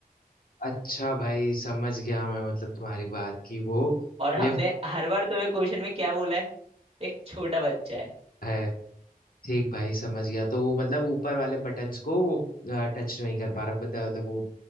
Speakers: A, on the left; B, on the right.
A: अच्छा भाई समझ गया मैं मतलब तुम्हारी बात कि वो
B: और हमने
A: लिफ्ट
B: हर बार तुम्हें क्वेश्चन में क्या बोला है एक छोटा बच्चा है
A: है ठीक भाई समझ गया तो वो मतलब ऊपर वाले बटन्स को वो टच नहीं कर पा रहा बता- मतलब वो